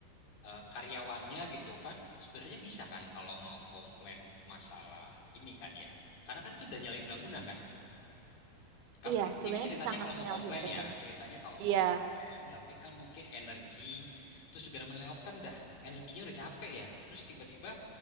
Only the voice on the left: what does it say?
eh, karyawannya gitu kan sebenarnya bisa kan kalau mau komplain masalah ini kan ya. Karena kan itu udah nyalain undang-undang kan. Kalau
ini ceritanya
kalau
mau komplain
ya, ceritanya kalau
mau komplain, tapi kan mungkin energi, terus juga namanya layoff kan udah energinya udah capek ya. Terus tiba-tiba